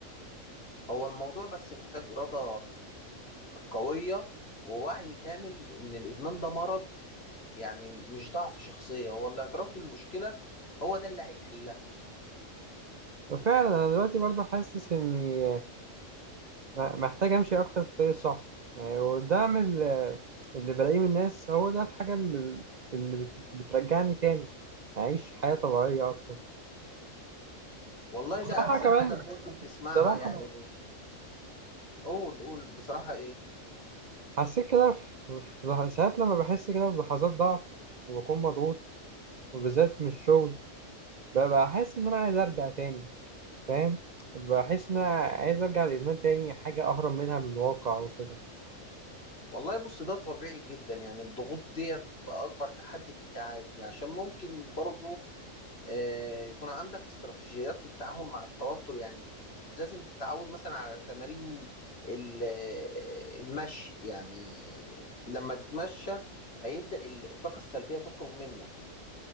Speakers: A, on the left (about 50°); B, on the right (about 50°).
A: هو الموضوع بس محتاج إرادة قوية ووعي كامل إن الإدمان ده مرض يعني مش ضعف شخصية هو الاعتراف بالمشكلة هو ده اللي هيحلها
B: وفعلا أنا دلوقتي برضه حاسس إني م- محتاج امشي اكتر في الطريق الصح يعني وده من ال- اللي بلاقيه من الناس هو ده الحاجة اللي, اللي بت- بترجعني تاني اعيش حياة طبيعية اكتر
A: والله
B: بصراحة
A: ده أحسن
B: كمان
A: حاجة ممكن تسمعها
B: بصراحة
A: يعني قول قول بصراحة إيه
B: حسيت كده في في لح- ساعات لما بحس كده بلحظات ضعف وبكون مضغوط وبالذات من الشغل ب- بحس ان انا عايز ارجع تاني فاهم بحس ان انا عايز ارجع للادمان تاني حاجة اهرب منها من الواقع وكده
A: والله بص ده طبيعي جدا يعني الضغوط ديت بتبقى أكبر تحدي في التعافي عشان ممكن برضو آه، يكون عندك استراتيجيات للتعامل مع التوتر يعني لازم تتعود مثلا على تمارين ال- آه، المشي يعني لما تتمشى هيبدأ ال- الطاقة السلبية تخرج منك